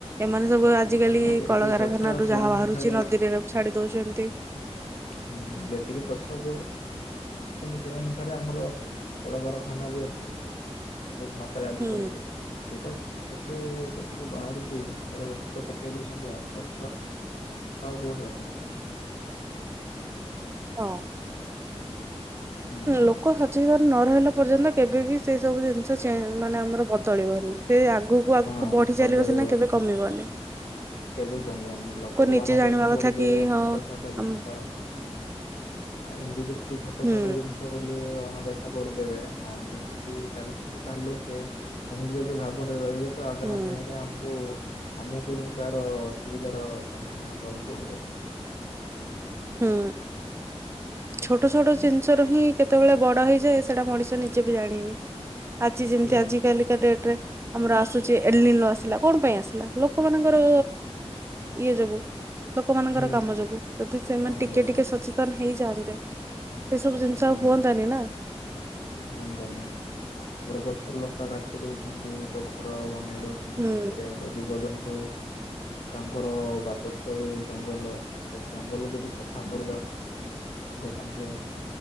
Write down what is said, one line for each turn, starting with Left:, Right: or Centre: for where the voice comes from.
Right: ଏମାନେ ସବୁ ଆଜିକାଲି
Left: ହଁ ଯେତିକି
Right: କଳକାରଖାନା
Left: ସ୍ୱଚ୍ଛ
Right: ରୁ
Left: ସେ
Right: ଯାହା
Left: ଅନୁସାରେ
Right: ବାହାରୁଚି ନଦୀରେ ଛାଡି ଦଉଚନ୍ତି।
Left: ହୁଁ ଯେତିକି ସ୍ୱଛ କହୁ ସେଇ ଅନୁସାରେ ଆମର କଳକାରଖାନା ବି ଅଛି ବହୁତ ମ ରଜିକାଲି
Right: ହୁଁ
Left: ସେଠୁ ସେଥିରୁ ଯେତିକି ବାହାରୁଛି ବର୍ଜ୍ୟବସ୍ତୁ ପକେଇ ଦଉଛନ୍ତି ଆଉ ସଚ୍ଛ ଆଉ କୋଉଠୁ
Right: ହଁ।
Left: ହୁଁ
Right: ଲୋକ ସଚେତନ ନ ରହିଲା ପର୍ଯ୍ୟନ୍ତ କେବେ ବିି ସେଇ ସବୁ ଜିନିଷ ମାନେ ଆମର। ତଳିବନି ସେ ଆଗକୁ ଆଗକୁ
Left: ହଁ
Right: ବଢି
Left: ବଦଳିବନି
Right: ଚାଲିବ ସିନା କେବେ କମିବନି।
Left: କେବେ କମିବନି ଲୋକ ଯ
Right: ନିଜେ
Left: କଣ
Right: ଜାଣିବା
Left: ଦେଖା
Right: କଥା
Left: କରିଦେବେ
Right: କି ହଁ
Left: ଛୋଟ ଛୋଟ ଜିନିଷ।
Right: ଆମ
Left: ଏମିତି ଯଦି ଛୋଟ
Right: ହୁଁ
Left: ଛୋଟ ଜିନିଷ। ବୋଲି ଅଣଦେଖା କରିଦେବେ ହଁ ଯେମିତି ଚାଲିଛି ତ ଚାଲୁ ସେ। ସେମିତି ଯଦି ଭାବନାରେ ରହିବେ। ଆଗାମୀ
Right: ହୁଁ।
Left: ଅଧ୍ୟାୟରେ ଆମକୁ ଆମକୁ ହିଁ ତାର ଅସୁବିଧାର ସମ୍ମୁଖୀନ ହେବାକୁ ପଡିବ।
Right: ହୁଁ। ଛୋଟ
Left: ହୁଁ
Right: ଛୋଟ ଜିନିଷ ର ହିଁ କେତେବେଳେ ବଡ ହେଇଯାଏ ସେଟା ମଣିଷ ନିଜେ ବି ଜାଣିନି। ଆଜି ଯେମିତି
Left: ହୁଁ
Right: ଆଜି
Left: ହୁଁ
Right: କାଲିକା ଡେଟ ରେ। ଆମର ଆସୁଛି ଏଲିନ ଆସିଲା କଣ ପାଇଁ ଆସିଲା ଲୋକମାନଙ୍କର ଇଏ ଯୋଗୁ। ଲୋକମାନାନଙ୍କର
Left: ହୁଁ
Right: କାମ ଯୋଗୁ ଯଦି ସେମାନେ
Left: କାମ
Right: ଟିକେ
Left: ଦବ
Right: ଟିକେ
Left: ହିଁ
Right: ସଚେତନ ହେଇଯାଆନ୍ତେ ସେ ସବୁ ଜିନିଷ। ଆଉ
Left: ହୁଁ
Right: ହୁଅନ୍ତାନି ନା
Left: ହନ୍ଦାନେ। ତାପରେ ଗଛ ଲତା କାଟି ଦଉଛନ୍ତି ତ ଘର ବନେଇ ଦଉଛନ୍ତି
Right: ହୁଁ
Left: ସେଥିରେ ତ। ଜୀବଜନ୍ତୁ। ତାଙ୍କର ବାସସ୍ଥଳୀ ଜଙ୍ଗଲ ତ ଜଙ୍ଗଲ ଯଦି ସଫା କରିଦବା। ସାଙ୍ଗେ।